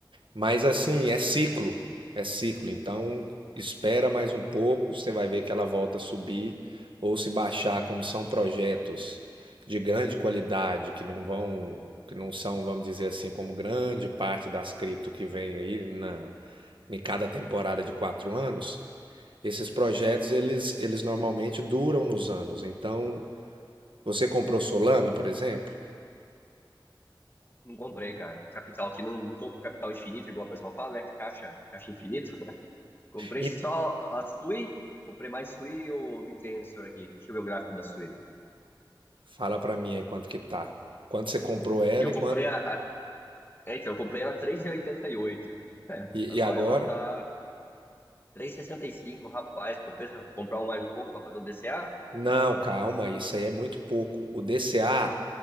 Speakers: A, on the right (about 80°); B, on the left (about 25°).
A: Mas assim, é ciclo, é ciclo. Então, espera mais um pouco, você vai ver que ela volta a subir ou se baixar, como são projetos de grande qualidade que não vão, que não são, vamos dizer assim, como grande parte das cripto que vem aí na em cada temporada de quatro anos. Esses projetos eles, eles normalmente duram nos anos. Então, você comprou Solana, por exemplo,
B: Não comprei, cara. O capital aqui, não, não tô com capital infinito, igual o pessoal fala, né? Caixa, caixa infinito. Comprei
A: e
B: só a Sui, comprei mais Sui e o Bitensor aqui. Deixa eu ver o gráfico da Sui.
A: fala para mim aí quanto que tá. Quanto você comprou ela
B: Eu
A: e
B: comprei
A: quanto
B: a, a- é, então, eu comprei ela 3,88. É,
A: e,
B: agora
A: e agora?
B: ela tá três e sessenta e cinco, rapaz. Compensa comprar um mais um pouco para fazer um DCA?
A: Não, calma, isso aí é muito pouco. O DCA,